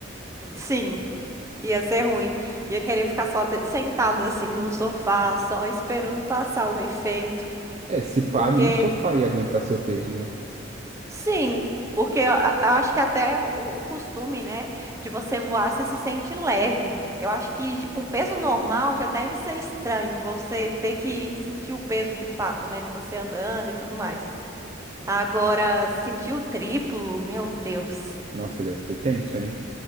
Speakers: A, on the right (about 15°); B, on the right (about 35°).
A: Sim, ia ser ruim. Ia querer ficar só de- sentada assim no sofá, só esperando passar o efeito.
B: É, se pá,
A: Porque,
B: nem o sofá ia aguentar seu peso, né?
A: sim, porque eu a- acho que até o o costume, né, de você voar, você se sente leve. Eu acho que de- com peso normal já deve ser estranho você ter que sentir o peso de fato, né, de você andando e tudo mais. Agora, sentir o triplo, meu Deus.
B: Nossa, deve ser tenso, hein?